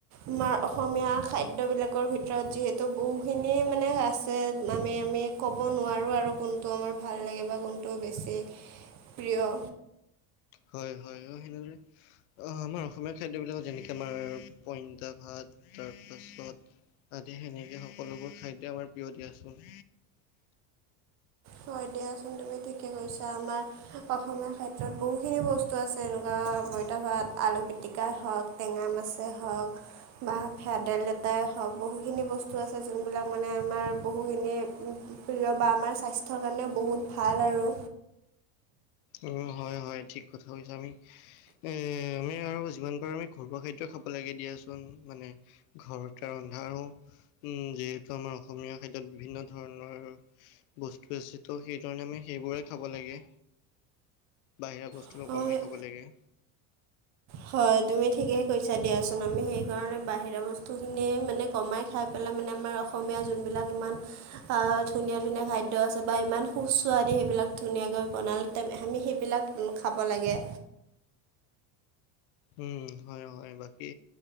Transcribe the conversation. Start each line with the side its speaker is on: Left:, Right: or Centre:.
Right: আমাৰ অসমীয়া খাদ্যবিলাকৰ ভিতৰত যিহেতু বহুখিনি মানে আছে মামে আমেক ক'ব নোৱাৰোঁ আৰু কোনটো আমাৰ ভাল লাগে বা কোনটো বেছি প্ৰিয়।
Left: হয় হয় হয় সেনেদৰে অ আমাৰ অসমীয়া খাদ্যবিলাকত যেনেকে আমাৰ পইনতা ভাত তাৰপাছত ততি সেনেকে সকলোবোৰ খাদ্য আমাৰ প্ৰিয় দিয়াচোন।
Right: হয় দিয়াচোন তুমি ঠিকে কৈছা আমাৰ অসমীয়া খাদ্যত বহুখিনি বস্তু আছে এনেকুৱা পইতা ভাত আলু পিটিকাই হওক। টেঙা মাছেই হওক। বা ভেদাইলতাই হওক বহুখিনি বস্তু আছে যোনবিলাক মানে আমাৰ বহুখিনি প্ৰিয় বা আমাৰ স্বাস্থ্যৰ কাৰণেও বহুত ভাল আৰু।
Left: উম হয় হয় ঠিক কথা কৈছো আমি এ আমি আৰু যিমান পাৰো আমি ঘৰুৱা খাদ্য খাব লাগে দিয়াচোন মানে ঘৰতে ৰন্ধা উম যিহেতু আমাৰ অসমীয়া খাদ্যত বিভিন্ন ধৰণৰ বস্তু আছে ত' সেই ধৰণে আমি সেইবোৰে খাব লাগে। বাহিৰা বস্তুটো
Right: আৰু
Left: কমাই খাব লাগে।
Right: হয় তুমি ঠিকেই কৈছা দিয়াচোন আমি সেইকাৰণে বাহিৰা বস্তুখিনি মানে কমাই খাই পেলাই মানে আমাৰ অসমীয়া যোনবিলাক ইমান আ ধুনীয়া ধুনীয়া খাদ্য আছে বা ইমান সুস্বাদু সেইবিলাক ধুনীয়াকৈ বনালে আমি সেইবিলাক উম খাব লাগে।
Left: উম হয় হয় বাকী